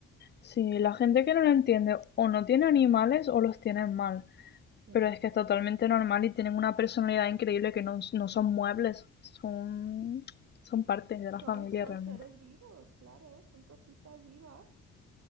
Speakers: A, on the left; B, on the right.
A: Sí, la gente que no lo entiende o no tiene animales o los tiene mal.
B: Sí.
A: Pero es que es totalmente normal y tienen una personalidad increíble que no, no son muebles, son, son parte de
B: Son,
A: la familia
B: son
A: realmente.
B: seres vivos, claro, son cositas vivas,